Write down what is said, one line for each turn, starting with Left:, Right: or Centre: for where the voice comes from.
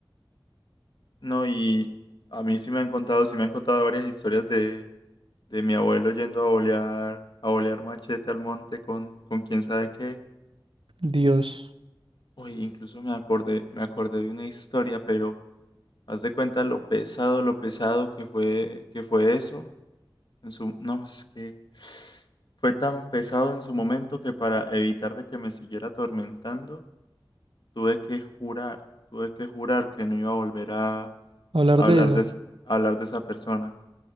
Left: No, y a mí sí me han contado, sí me han contado varias historias de, de mi abuelo yendo a bolear, a bolear machete al monte con, con quién sabe qué.
Right: Dios,
Left: Uy, incluso me acordé, me acordé de una historia, pero... Haz de cuenta lo pesado, lo pesado que fue, que fue eso. En su, no, es que fue tan pesado en su momento que para evitar de que me siguiera atormentando, tuve que jurar, tuve que jurar que no iba a volver a
Right: hablar
Left: hablar
Right: de eso.
Left: de, es- a hablar de esa persona.